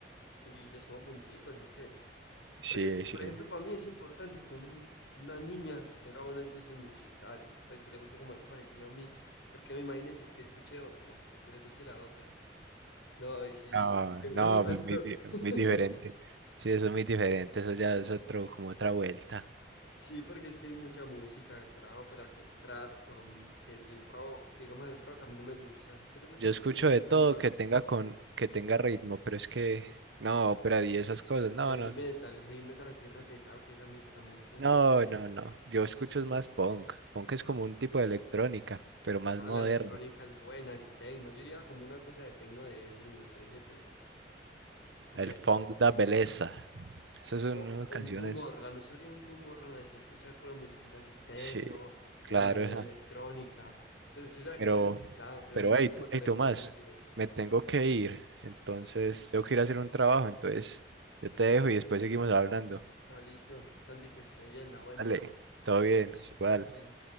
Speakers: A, on the left (about 85°); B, on the right (about 80°).
A: Y le suma punticos, ¿o qué?
B: Sí,
A: Porque,
B: sí,
A: por ejemplo, para mí es importante que una, una niña tenga buenos gustos musicales, pues que le guste como algo parecido a mí, porque me imagínese que escuche ópera o que le guste la ópera. No, y sí,
B: no,
A: que me
B: no,
A: mato.
B: pues muy, di-
A: <laughs>
B: muy diferente. Sí, eso es muy diferente, eso ya es otro, como otra vuelta.
A: Sí, porque es que hay mucha música, que la ópera, que el trap, con- que el rock, digamos el rock, a mí no me gusta. Se le gusta
B: Yo
A: así
B: escucho
A: como
B: de
A: música
B: todo
A: en rock,
B: que tenga con, que tenga ritmo, pero es que, no, ópera y esas cosas,
A: el
B: no,
A: heavy
B: no,
A: metal, el heavy metal así re pesado, que es la música muy duro,
B: no,
A: que
B: no, no. no. Yo escucho
A: pues,
B: es más punk. Punk es como un tipo de electrónica, pero más
A: ah,
B: moderna.
A: la electrónica es buena, el techno, yo diría como una cosa de techno de ese, me parece pues Bien.
B: El funk da belleza. Esas son
A: O,
B: unas canciones.
A: o un tumor, la noche sería un tumor, así escuchar pura musiquita así, tecno,
B: Sí, claro.
A: eh,
B: ajá.
A: electrónica. Pero si sabes
B: Pero,
A: que es pesado, que
B: pero
A: son <laughs>
B: hey,
A: como
B: t-
A: tres
B: hey, Tomás,
A: días seguidos.
B: me tengo que ir. Entonces, tengo que ir a hacer un trabajo. Entonces, yo te dejo y después seguimos hablando.
A: Ah, listo. Santi, que esté bien, la buena.
B: Dale, todo bien, igual.
A: Bien.